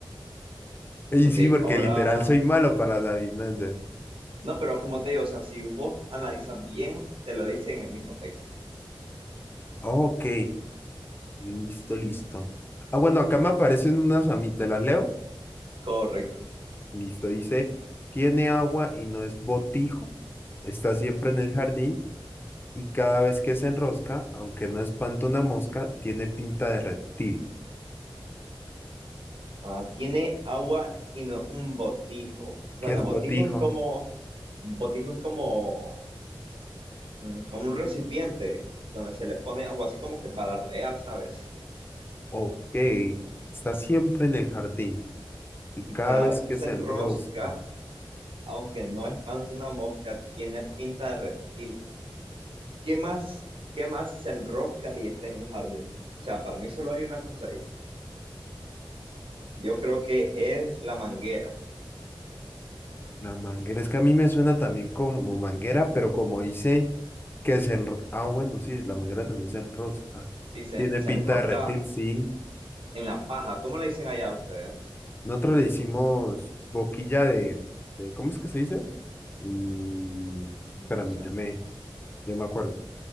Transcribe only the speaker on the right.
Ok,
ahora
No, pero como te digo, o sea, si vos analizas bien, te lo dice en el mismo texto.
Correcto.
Ah, tiene agua y no un botijo. Bueno,
botijo
es como, botijo es como, mm, como un recipiente donde se le pone agua, así como que para regar, ¿sabes?
Y cada
vez que
se
enrosca,
aunque no espanta una mosca, tiene pinta de reptil. ¿Qué más, qué más se enrosca y está en el jardín? O sea, para mí solo hay una cosa ahí. Yo creo que es la manguera.
Sí, se,
se
enrosca
en la paja. ¿Cómo le dicen allá a ustedes?
No sé.